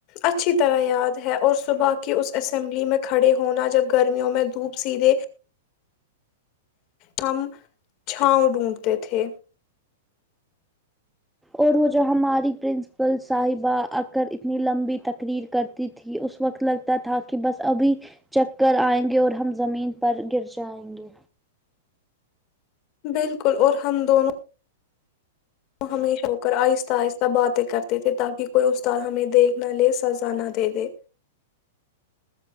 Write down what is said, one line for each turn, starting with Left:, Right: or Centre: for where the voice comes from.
Left: اچھی طرح یاد ہے اور صبح کی اس اسمبلی میں کھڑے ہونا جب گرمیوں میں دھوپ سیدھے ہم چھاؤ ڈھونڈتے تھے
Centre: اور وہ جو ہماری پرنسپل صاحبہ آ کر اتنی لمبی تقریر کرتی تھی اس وقت لگتا تھا کہ بس ابھی چکر آئیں گے اور ہم زمین پر گر جائیں گے
Left: بالکل اور ہم دونوں وہ ہمیشہ ہو کر آہستہ آہستہ باتیں کرتے تھے تاکہ کوئی استاد ہمیں دیکھ نہ لے سزا نہ دے دے